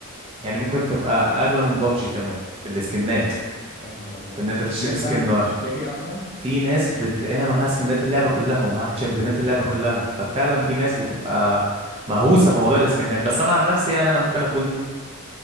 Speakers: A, on the right (about 25°); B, on the left (about 40°).
A: يعني ممكن تبقى اغلى من بابجي كمان في السكنات
B: يا نهار ابيض
A: في ان انت تشتري
B: في ناس
A: سكن
B: فعلا بتشتري
A: واحد
B: اصلا
A: في ناس بتلاقيها معاها سكنات اللعبه كلها ومعاها تشامبيونات اللعبه كلها ففعلا في ناس بتبقى مهووسه بموضوع السكنات بس انا عن نفسي يعني انا ممكن اكون